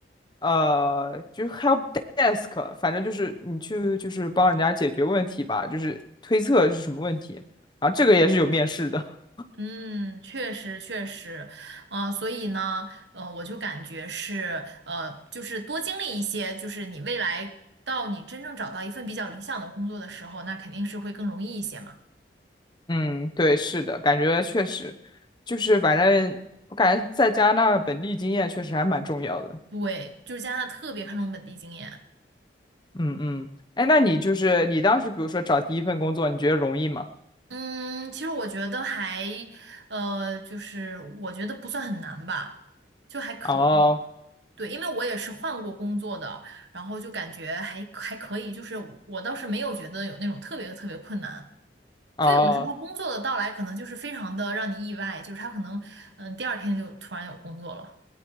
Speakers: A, on the left (about 25°); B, on the right (about 80°).
A: 呃就是 help desk，反正就是你去就是帮人家解决问题吧，就是推测是什么问题，然后这个也是有面试的。
B: 嗯，确实确实，嗯、所以呢，呃，我就感觉是呃，就是多经历一些，就是你未来到你真正找到一份比较理想的工作的时候，那肯定是会更容易一些嘛。
A: 嗯，对，是的，感觉确实，就是反正我感觉在加拿大本地经验确实还蛮重要的。
B: 对，就是加拿大特别看重本地经验。
A: 嗯嗯，哎，那你就是你当时比如说找第一份工作，你觉得容易吗？
B: 嗯，其实我觉得还，呃，就是我觉得不算很难吧，就还可以。
A: 哦
B: 对，因为我也是换过工作的，然后就感觉还还可以，就是我倒是没有觉得有那种特别特别困难。
A: 哦
B: 就有的时候工作的到来可能就是非常的让你意外，就是他可能嗯第二天就突然有工作了，